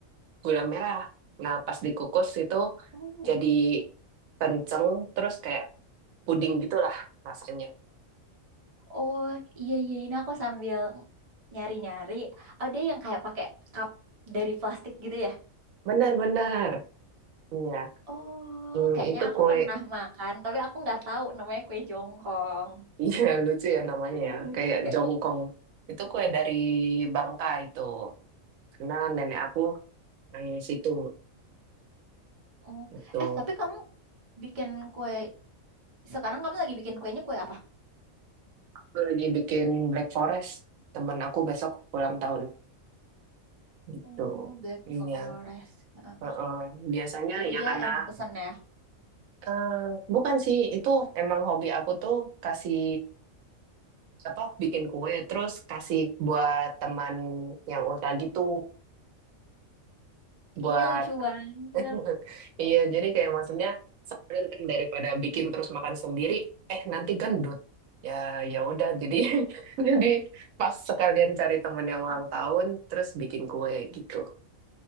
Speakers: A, on the right; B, on the right.
A: gula merah. Nah, pas dikukus itu
B: Oh.
A: jadi kenceng, terus kayak puding gitulah rasanya.
B: Oh, iya iya ini aku sambil nyari-nyari. Oh, dia yang kayak pakai cup dari plastik gitu ya?
A: Benar-benar. Iya.
B: Oh,
A: Hmm,
B: kayaknya
A: itu
B: aku
A: kue.
B: pernah
A: <laughs>
B: makan, tapi aku nggak tahu namanya kue jongkong.
A: Iya, lucu ya namanya
B: <laughs>
A: ya. Kayak jongkong. Itu kue dari Bangka itu. Karena nenek aku dari situ.
B: Oh,
A: Itu.
B: eh tapi kamu bikin kue sekarang kamu lagi bikin kuenya kue apa?
A: Aku lagi bikin Black Forest. Temen aku besok ulang tahun gitu.
B: Oh, Black
A: Iya.
B: Forest. Heeh.
A: Heeh. Biasanya
B: Jadi
A: ya
B: dia
A: karena
B: emang pesen ya.
A: eh, bukan sih itu emang hobi aku tuh kasih apa bikin kue terus kasih buat teman yang ulta gitu buat
B: Ih, lucu banget.
A: <laughs> iya jadi kayak maksudnya sekalian kan daripada bikin terus makan sendiri eh nanti gendut ya ya udah jadi <laughs> jadi pas sekalian cari temen yang
B: <laughs>
A: ulang tahun terus bikin kue gitu